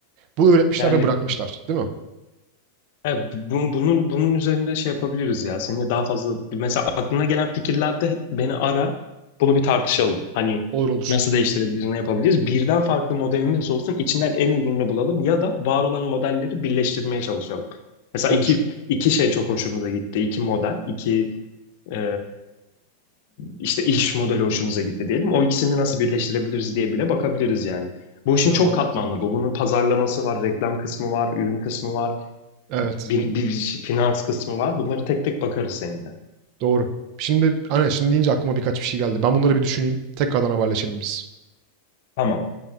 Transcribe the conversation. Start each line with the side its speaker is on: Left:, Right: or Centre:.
Right: Bunu üretmişler
Left: Yani
Right: ve bırakmışlar, değil mi?
Left: Evet, bu- bunun bunun üzerinde şey yapabiliriz ya. Seninle daha fazla mesela aklına gelen fikirlerde beni ara. Bunu bir tartışalım. Hani
Right: Olur olur.
Left: nasıl değiştirebiliriz, ne yapabiliriz? Birden farklı modelimiz olsun. içinden en uygununu bulalım ya da var olan modelleri birleştirmeye çalışalım. Mesela
Right: Olur.
Left: iki iki şey çok hoşumuza gitti. İki model, iki e, işte iş modeli hoşumuza gitti diyelim. O ikisini nasıl birleştirebiliriz diye bile bakabiliriz yani. Bu işin
Right: Değil
Left: çok
Right: mi? Mantıklı.
Left: katmanlı bu. Bunun pazarlaması var, reklam kısmı var, ürün kısmı var
Right: Evet.
Left: bir, bir, bir şey- finans kısmı var. Bunları tek tek bakarız seninle.
Right: Doğru. Şimdi aynen şimdi deyince aklıma birkaç bir şey geldi. Ben bunları bir düşüneyim. Tekrardan haberleşelim biz.
Left: Tamam.